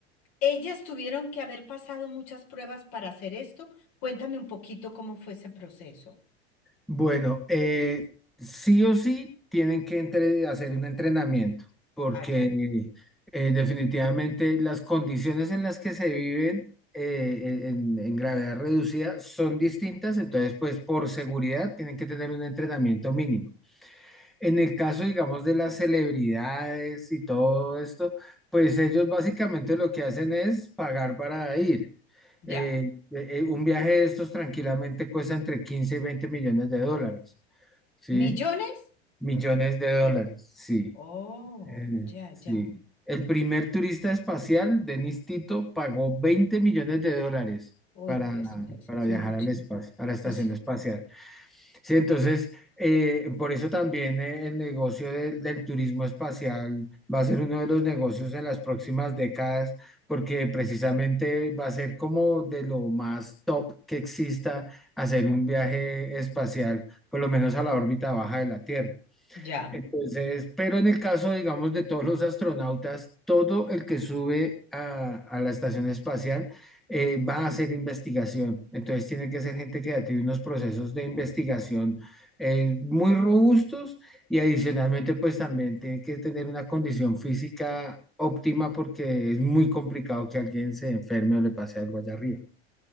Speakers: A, on the left (about 50°); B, in the centre.
A: ellas tuvieron que haber pasado muchas pruebas para hacer esto. Cuéntame un poquito cómo fue ese proceso.
B: Bueno, eh, sí o sí tienen que entre- hacer un entrenamiento, porque
A: Ah, ya,
B: eh, definitivamente las condiciones en las que se viven eh, en, en gravedad reducida son distintas, entonces pues por seguridad tienen que tener un entrenamiento mínimo. En el caso, digamos, de las celebridades y todo esto, pues ellos básicamente lo que hacen es pagar para ir.
A: ya.
B: Eh, eh, eh, un viaje de estos tranquilamente cuesta entre 15 y 20 millones de dólares, ¿sí?
A: ¿Millones?
B: Millones de dólares, sí.
A: Oh,
B: eh,
A: ya,
B: sí.
A: ya.
B: El primer turista espacial, Denis Tito, pagó 20 millones de dólares
A: Uy,
B: para,
A: Dios mío, eso
B: para viajar
A: es mucho.
B: al espacio, a la estación
A: Es,
B: espacial. Sí, entonces, eh, por eso también eh, el negocio del, del turismo espacial va a ser uno de los negocios en las próximas décadas, porque precisamente va a ser como de lo más top que exista hacer un viaje espacial, por lo menos a la órbita baja de la Tierra.
A: ya.
B: Entonces, pero en el caso, digamos, de todos los astronautas, todo el que sube a, a la estación espacial eh, va a hacer investigación. Entonces, tiene que ser gente que ya tiene unos procesos de investigación eh, muy robustos y adicionalmente, pues también tiene que tener una condición física óptima porque es muy complicado que alguien se enferme o le pase algo allá arriba.